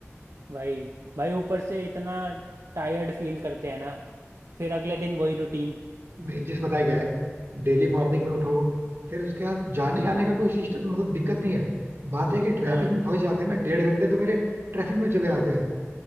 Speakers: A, on the right; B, on the right.
A: भाई भाई ऊपर से इतना टायर्ड फील करते हैं ना फिर अगले दिन वही रूटीन
B: मेन चीज पता है क्या है डेली मॉर्निंग में उठो फिर उसके बाद जाने आने का कोई सिस्टम मतलब दिक्कत नहीं है बात है कि ट्रैफिक
A: हाँ
B: में फंस जाते हैं ना डेढ़ घंटे तो मेरे ट्रैफिक में चले जाते हैं